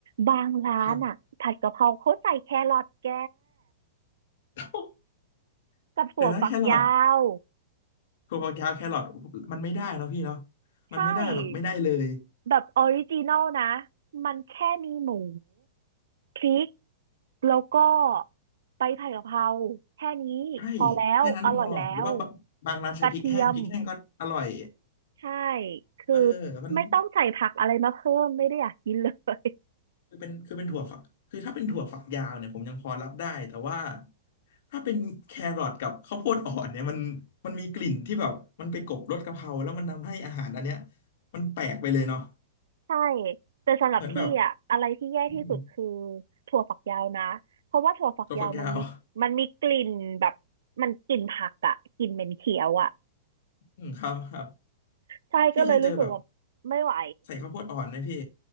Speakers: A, on the right (about 80°); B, on the left (about 55°).
A: บางร้านอะผัดกะเพราเขาใส่แครอทแก
B: ครับ <laughs>
A: กับถั่วฝักยาว
B: เดี๋ยวนะแครอทถั่วฝักยาวแครอทมันไม่ได้เนอะพี่เนาะมันไม่ได้แบบไม่ได้เลย
A: ใช่แบบออริจินอลนะมันแค่มีหมูพริกแล้วก็ใบผัดกะเพราแค่นี้พอแล้วอร่อยแล้ว
B: ใช่แค่นั้นพอหรือว่าบางบางร้านใช้พริกแห้งพริกแห้งก็อร่อย
A: กระเทียมใช่คือ
B: เออมัน
A: ไม่ต้องใส่ผักอะไรมาเพิ่มไม่ได้อยากกินเลย
B: คือเป็นคือเป็นถั่วฝักคือถ้าเป็นถั่วฝักยาวเนี่ยผมยังพอรับได้แต่ว่าถ้าเป็นแครอทกับข้าวโพดอ่อนเนี่ยมันมันมีกลิ่นที่แบบมันไปกลบรสกะเพราแล้วมันทำให้อาหารอันเนี้ยมันแปลกไปเลยเนาะ
A: ใช่แต่สำหรับพี่อะอะไรที่แย่ที่สุดคือ
B: เหมือนแบบอืม
A: ถั่วฝักยาวนะเพราะว่าถั่วฝักยาวมันมีมันมีกลิ่นแบบ
B: ถั่วฝักยาว
A: มันกลิ่นผักอะกลิ่นเหม็นเขียวอะ
B: อืมครับครับ
A: ใช่ก็เลยรู้สึกว่าไม่ไหว
B: พี่เคยเจอแบบใส่ข้าวโพดอ่อนไหมพี่